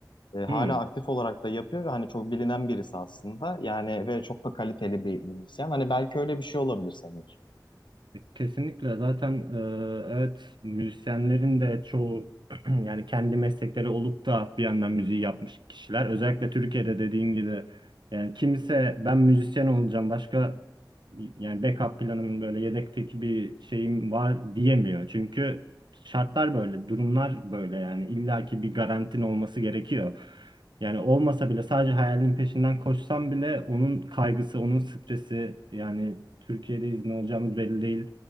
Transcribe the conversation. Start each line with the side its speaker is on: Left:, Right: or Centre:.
Left: E, hala
Right: Hı.
Left: aktif olarak da yapıyor ve hani çok bilinen birisi aslında. Yani ve çok da kaliteli bir müzisyen. Hani belki öyle bir şey olabilir senin için.
Right: Kesinlikle zaten e, evet müzisyenlerin de çoğu <clears throat> yani kendi meslekleri olup da bir yandan müziği yapmış kişiler. Özellikle Türkiye'de dediğin gibi yani kimse ben müzisyen olacağım başka yani backup planım böyle yedekteki bir şeyim var diyemiyor. Çünkü şartlar böyle, durumlar böyle yani illaki bir garantin olması gerekiyor. Yani olmasa bile sadece hayalinin peşinden koşsam bile onun kaygısı, onun stresi yani Türkiye'deyiz ne olacağımız belli değil.